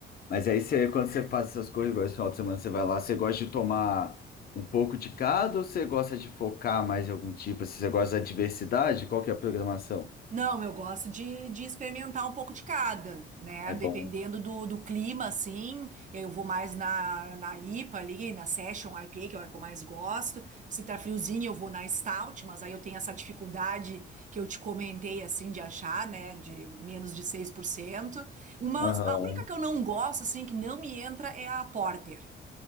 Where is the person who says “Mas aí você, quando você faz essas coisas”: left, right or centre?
Left